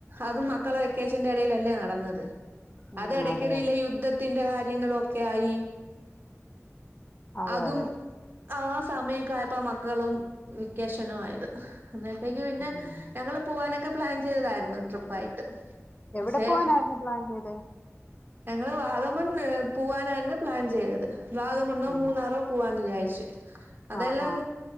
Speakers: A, on the right; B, on the left.
A: അതും മക്കളെ വെക്കേഷന്റെ എടെലല്ലേ നടന്നത്.
B: ഉം
A: അത് എടക്കിടിയ്ല്
B: അതെ അതെ
A: യുദ്ധത്തിന്റെ കാര്യങ്ങളൊക്കെ ആയി.
B: അതെ
A: അതും,
B: അതെ
A: ആഹ് സമയൊക്കെ ആയപ്പാ മക്കളും വെക്കേഷനും ആയത് അന്നേ പ്പയെക്ക് പിന്നെ
B: ഉം
A: ഞങ്ങൾ പോവാനൊക്കെ പ്ലാൻ ചെയ്തതായിരുന്നു ട്രിപ്പായിട്ട്
B: എവിടെ
A: പക്ഷെ
B: പോവാനായിരുന്നു പ്ലാൻ ചെയ്തേ
A: ഞങ്ങള് വാഗമണ്ണ് പൂവാനായിരുന്നു പ്ലാൻ ചെയ്തത് വാഗമണ്ണോ
B: ഉം
A: മൂന്നാറോ പൂവാന്ന് വിചാരിച്ചു അതെല്ലാം
B: ആ ആ